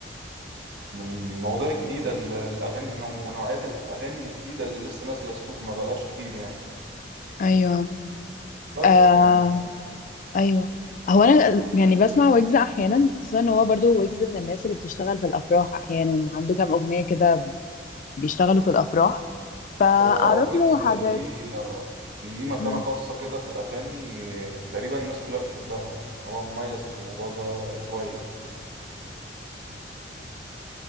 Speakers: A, on the right; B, on the left.
A: من المواضيع الجديدة ال- الأغاني نوع- نوعيات الأغاني الجديدة اللي لسه نازلة السوق ما بلاش كتير يعني
B: ايوه
A: بس
B: آه
A: يعني
B: ايوه هو انا يعني بسمع ويجز احيانا خصوصا ان هو برضو ويجز من الناس اللي بتشتغل في الافراح احيانا عنده كام اغنيه كده بيشتغلوا في الأفراح فأعرف
A: هو اه ويجز
B: له حاجات
A: ليه آه، ليه مكانة
B: مم،
A: خاصة كده في الأغاني آه، تقريبا الناس كلها بتحبها يعني هو مميز في الموضوع ده شوية يعني